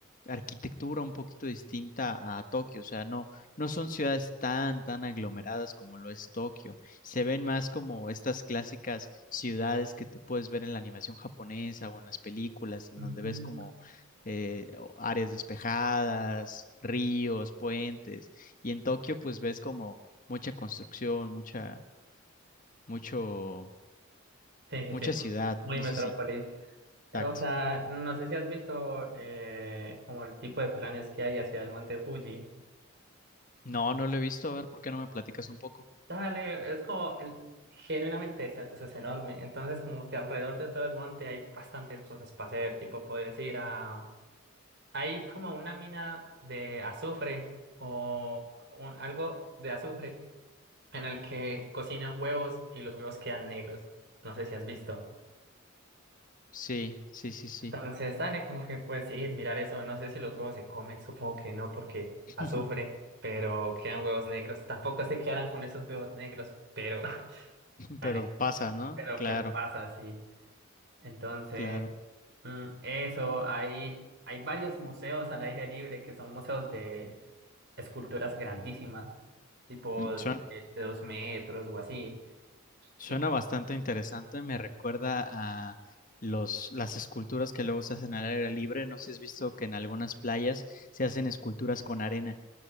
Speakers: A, on the left (about 40°); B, on the right (about 55°).
A: arquitectura un poquito distinta a Tokio. O sea, no, no son ciudades tan, tan aglomeradas como lo es Tokio. Se ven más como estas clásicas ciudades que tú puedes ver en la animación japonesa o en las películas, en
B: Mm,
A: donde ves como eh, áreas despejadas, ríos, puentes. Y en Tokio, pues ves como mucha construcción, mucha, mucho,
B: Sí, sí,
A: mucha
B: sí,
A: ciudad.
B: muy
A: No
B: metrópolis.
A: sé si. Exacto.
B: O sea, no sé si has visto eh, como el tipo de planes que hay hacia el Monte Fuji.
A: No, no lo he visto. A ver, ¿por qué no me platicas un poco?
B: Dale, es como el- genuinamente es eso es enorme. Entonces, como que alrededor de todo el monte hay bastantes cosas para hacer. Tipo, puedes ir a. Hay como una mina de azufre o un- algo de azufre en el que cocinan huevos y los huevos quedan negros. No sé si has visto.
A: Sí, sí, sí, sí.
B: Entonces, dale, como que puedes ir, mirar eso. No sé si los huevos se comen, supongo que no, porque
A: <laughs>
B: azufre, pero quedan huevos negros. Tampoco sé qué harán con esos huevos negros, pero. <laughs> Dale.
A: Pero pasa, ¿no?
B: Pero,
A: Claro,
B: pero pasa, sí. Entonces,
A: claro.
B: mm, eso, hay, hay varios museos al aire libre que son museos de esculturas grandísimas, tipo
A: Mm, Suena,
B: de, de dos metros o así.
A: suena
B: Y sí.
A: bastante interesante. Me recuerda a los, las esculturas que luego se hacen al aire libre. No sé si has visto que en algunas playas se hacen esculturas con arena.